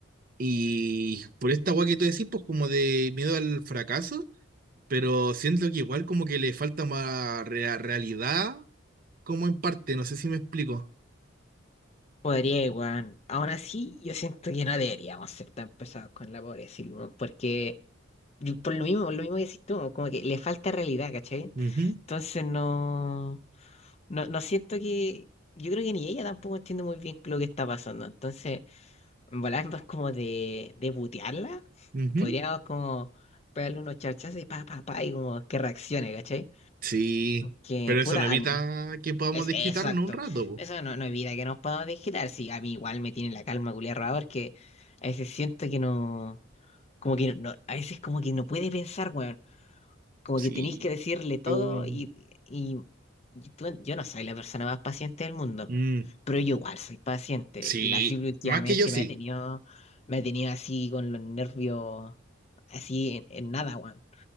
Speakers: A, on the right; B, on the left.
A: Y por esta weá que tú decís, pues como de miedo al fracaso, pero siento que igual como que le falta más rea- realidad, como en parte, no sé si me explico.
B: Podría, weón. Aún así, yo siento que no deberíamos ser tan pesados con la pobre Silvia, weón, porque yo- por lo mismo, lo mismo que decís tú, weón, como que le falta realidad, ¿cachai?
A: Ujú,
B: Entonces no, no, no siento que, yo creo que ni ella tampoco entiende muy bien lo que está pasando. Entonces... En volar es más como de, de butearla.
A: ujú.
B: Podríamos como pegarle unos charchazos y pa, pa, pa, y como que reaccione, ¿cachai?
A: Sí,
B: Que
A: pero eso
B: puta
A: no
B: alma.
A: evita que podamos
B: Es,
A: desquitarnos
B: exacto.
A: un rato, po.
B: Eso no, no evita que nos podamos digitar. Sí, a mí igual me tiene la calma culiar rara porque a veces siento que no. Como que no, no- a veces como que no puede pensar, weón como
A: Sí.
B: que tenéis que decirle todo
A: Oh,
B: y, y, y tú- yo no soy la persona más paciente del mundo,
A: mm,
B: pero yo igual soy paciente
A: sí,
B: y la Silvia últimamente
A: más que yo sí.
B: me ha tenido, me ha tenido así con los nervios, así en, en nada, weón.